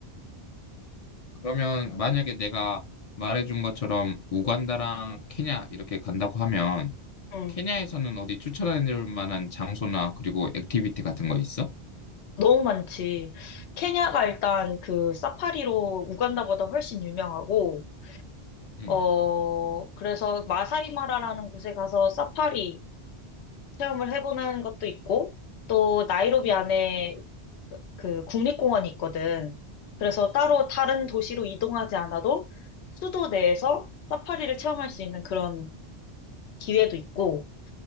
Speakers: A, on the left; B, on the left.
A: 그러면 만약에 내가 말해준 것처럼 우간다랑 케냐 이렇게 간다고 하면
B: 응.
A: 케냐에서는 어디 추천해줄 만한 장소나 그리고 액티비티 같은 거 있어?
B: 너무 많지. 케냐가 일단 그 사파리로 우간다보다 훨씬 유명하고,
A: 음.
B: 어, 그래서 마사이 마라라는 곳에 가서 사파리, 체험을 해보는 것도 있고, 또 나이로비 안에 그 국립공원이 있거든. 그래서 따로 다른 도시로 이동하지 않아도 수도 내에서 사파리를 체험할 수 있는 그런 기회도 있고,